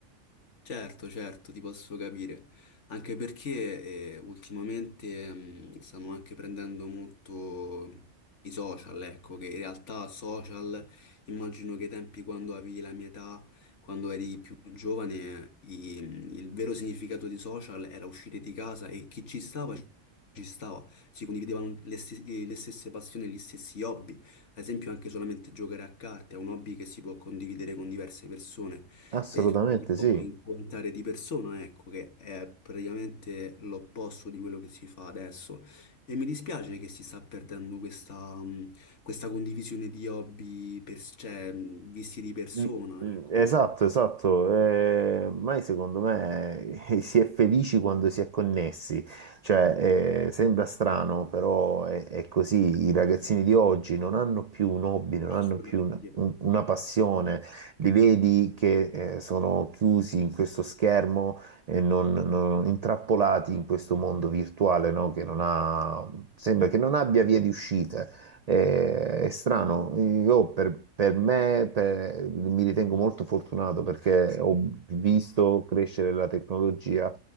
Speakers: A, on the left (about 65°); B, on the right (about 55°).
A: Certo, certo, ti posso capire, anche perché eh, ultimamente mh, stanno anche prendendo molto i social, ecco, che in realtà social, immagino che ai tempi quando avevi la mia età, quando eri più giovane, i- il vero significato di social era uscire di casa e chi ci stava, ci stava, si condividevano le, stes- le stesse passioni, gli stessi hobby, ad esempio anche solamente giocare a carte è un hobby che si può condividere con diverse persone
B: Assolutamente
A: e ci si può
B: sì.
A: incontrare di persona, ecco, che è praticamente l'opposto di quello che si fa adesso. E mi dispiace che si sta perdendo questa, mh, questa condivisione di hobby, per- cioè, mh, visti di persona,
B: Mm, mm,
A: ecco.
B: Esatto, esatto. Eh, ormai secondo me <laughs> eh, si è felici quando si è connessi, cioè eh, sembra strano, però è, è così. I ragazzini di oggi non hanno più un hobby, non
A: Assolutamente.
B: hanno più un- un- una passione, li vedi che eh, sono chiusi in questo schermo e non, non- intrappolati in questo mondo virtuale, no? Che non ha, sembra che non abbia vie di uscita. È, è strano, io per, per me per- mi ritengo molto fortunato perché ho visto crescere la tecnologia.